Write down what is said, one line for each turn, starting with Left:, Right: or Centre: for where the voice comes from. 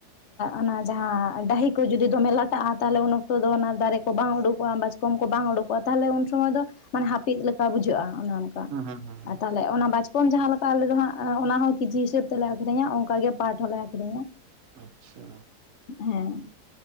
Left: ᱚᱱᱟ ᱡᱟᱦᱟᱸ ᱰᱟᱺᱦᱤ ᱠᱚ ᱡᱩᱫᱤ ᱫᱚᱢᱮ ᱞᱟᱴᱟᱜᱼᱟ, ᱛᱟᱦᱞᱮ ᱩᱱ ᱚᱠᱛᱚ ᱫᱚ ᱚᱱᱟ ᱫᱟᱨᱮ ᱠᱚ ᱵᱟᱝ ᱩᱰᱩᱠᱚᱜᱼᱟ᱾ᱵᱟᱪ ᱠᱚᱢ ᱠᱚ ᱵᱟᱝ ᱩᱰᱩᱠᱚᱜᱼᱟ ᱛᱟᱦᱚᱞᱮ ᱩᱱ ᱥᱚᱢᱚᱭ ᱫᱚ ᱢᱟᱱᱮ ᱦᱟᱹᱯᱤᱫ ᱞᱮᱠᱟ ᱵᱩᱡᱷᱟᱹᱜᱼᱟ, ᱚᱱᱮ ᱚᱱᱠᱟ
Right: ᱦᱩᱸ ᱦᱩᱸ ᱦᱩᱸ ᱦᱩᱸ,
Left: ᱛᱟᱦᱚᱞᱮ ᱚᱱᱟ ᱵᱟᱪ ᱠᱚᱢ ᱡᱟᱦᱟᱸ ᱞᱮᱠᱟ ᱟᱞᱮ ᱫᱚ ᱦᱟᱸᱜ ᱚᱱᱟ ᱦᱚᱸ ᱠᱤᱡᱤ ᱦᱤᱥᱟᱹᱵ ᱛᱮᱞᱮ ᱟᱹᱠᱷᱨᱤᱧᱟ ᱚᱱᱠᱟᱜᱮ ᱯᱟᱴ ᱦᱚᱸᱞᱮ ᱟᱹᱠᱷᱨᱤᱧᱟ᱾
Right: ᱟᱪᱪᱷᱟ᱾
Left: ᱦᱮᱸ᱾